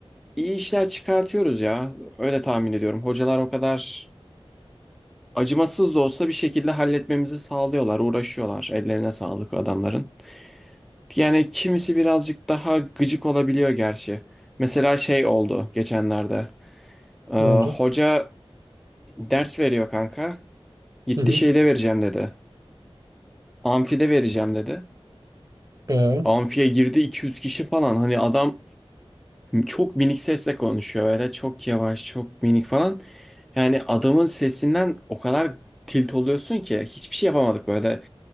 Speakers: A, in the centre; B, on the right.
A: iyi işler çıkartıyoruz ya. Öyle tahmin ediyorum. Hocalar o kadar acımasız da olsa bir şekilde halletmemizi sağlıyorlar, uğraşıyorlar. Ellerine sağlık adamların. Yani kimisi birazcık daha gıcık olabiliyor gerçi. Mesela şey oldu geçenlerde. Ee,
B: Ne oldu?
A: hoca ders veriyor kanka. Gitti
B: Hı hı.
A: şeyde vereceğim dedi. Amfide vereceğim dedi.
B: Ee,
A: Amfiye girdi 200 kişi falan. Hani adam çok minik sesle konuşuyor böyle. Çok yavaş, çok minik falan. Yani adamın sesinden o kadar tilt oluyorsun ki hiçbir şey yapamadık böyle.